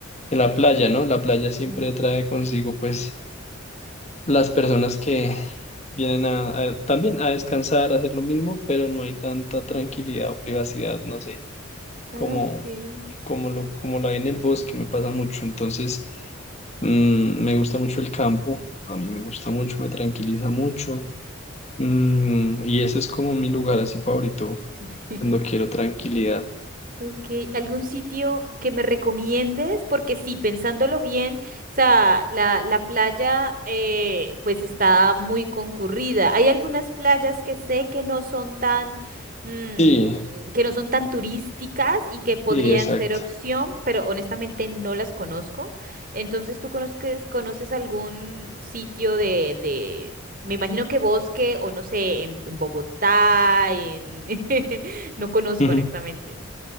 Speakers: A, on the left; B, on the right.
A: que la playa, ¿no? La playa siempre
B: Mm.
A: trae consigo, pues. las personas que vienen a, a- también a descansar, a hacer lo mismo, pero no hay tanta tranquilidad o privacidad, no sé,
B: Ok.
A: como, como lo, como la hay en el bosque, me pasa mucho. Entonces, mm, me gusta mucho el campo, a mí me gusta mucho, me tranquiliza mucho. Mm, y ese es como mi lugar así favorito,
B: <laughs>
A: cuando quiero tranquilidad.
B: Ok, ¿algún sitio que me recomiendes? Porque sí, pensándolo bien, o sea, la, la playa eh, pues está muy concurrida. Hay algunas playas que sé que no son tan, mm,
A: Sí,
B: que no son tan turísticas y que podrían
A: sí, exacto.
B: ser opción, pero honestamente no las conozco. Entonces, ¿tú conozcas- conoces algún sitio de, de, me imagino que bosque o no sé, en, en Bogotá, en... <laughs> No
A: <laughs>
B: conozco
A: Ujú.
B: honestamente.